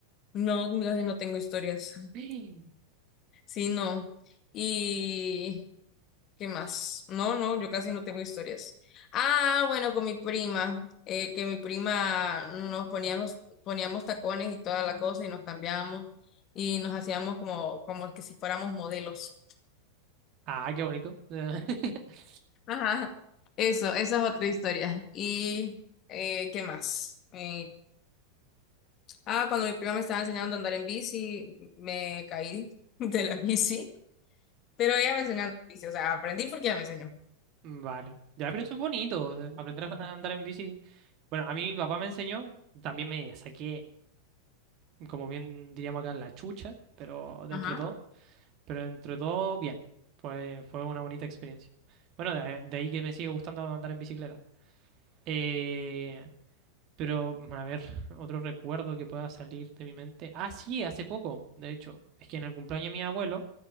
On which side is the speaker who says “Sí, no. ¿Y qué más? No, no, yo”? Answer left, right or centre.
Left